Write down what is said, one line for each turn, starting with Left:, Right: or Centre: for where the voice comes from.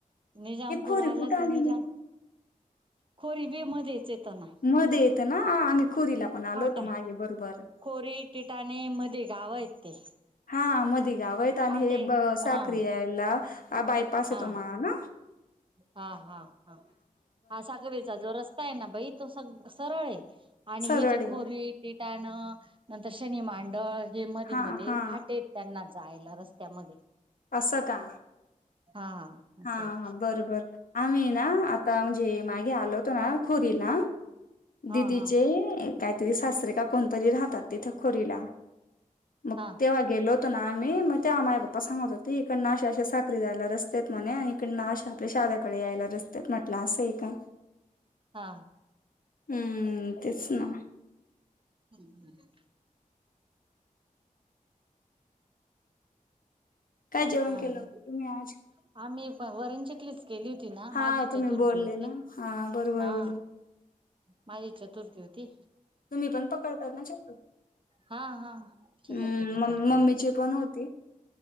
Right: निजामपूर
Left: हे खोरी
Right: आलं
Left: कुठं आली
Right: का निजाम..
Left: मग?
Right: खोरीबे मध्येच येतना.
Left: मध्ये येतं ना आम्ही खोरीला पण आलो
Right: फाटा
Left: होतो मागे बरोबर.
Right: खोरी टिटाणे मध्ये गाव आहेत ते.
Left: हा मधी गाव येत आणि
Right: फाटे
Left: हे साखरी
Right: हा
Left: यायला.. हा बायपास आहे
Right: हा
Left: तुम्हाला ना.
Right: हा हा हा हा साखरीेचा जो रस्ता आहे ना. बाई तो सग सरळ आहे. आणि
Left: सरळ
Right: हे जे
Left: आहे
Right: खोरी.. त्यानं नंतर शनी मांडळ हे मध्ये
Left: हा
Right: मध्ये
Left: हा.
Right: फाटेत त्यांना.. जायला रस्त्यामध्ये..
Left: असं का.
Right: हा असं
Left: हा
Right: आहे
Left: बरोबर आम्ही ना आता म्हणजे मागे आलो होतो ना.. खरी ना
Right: हा
Left: दिदीचे
Right: हा
Left: काहीतरी सासरे का कोणतरी राह.. तथ खोला मग
Right: हा
Left: तेव्हा गेलो. आम्ही मग त्या माई बाप्पा सांगत होते. इकडन अे अश साखरी जायला रस्ते.. म्हणे इकडशा आपल्या शाद्याकडे यायला रसतात म्हटलं असं आहे का.
Right: हा.
Left: हम्म तेच ना.
Right: हम ह.
Left: जेवण
Right: काय
Left: केलं
Right: नाही
Left: मग तुम्ही आज
Right: आम्ही प वरणच्यातलीच. केली होती ना
Left: हा
Right: माझी
Left: तुम्ही
Right: चतुर्थी
Left: बोलले
Right: होती.
Left: ना हा बरोबर
Right: हा
Left: बरोबर
Right: माझी चत.. तुरतीेवती.
Left: तुम्ही पण पकडता ना शक..
Right: हा हा चतुर्थी
Left: हम्
Right: पकडताना
Left: म मम्मीची पण होती.